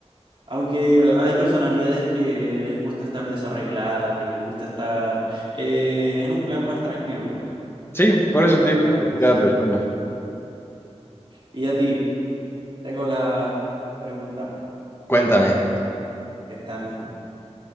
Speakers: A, on the right (about 50°); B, on the left (about 20°).
A: Aunque hay personalidades que les gusta estar desarreglado, que les gusta estar eh, en un plan más tranquilo, pues.
B: Sí, por eso
A: Pero
B: te digo,
A: la verdad,
B: depende de
A: sí.
B: cada persona.
A: Y a ti, tengo la pregunta,
B: Cuéntame.
A: esta misma.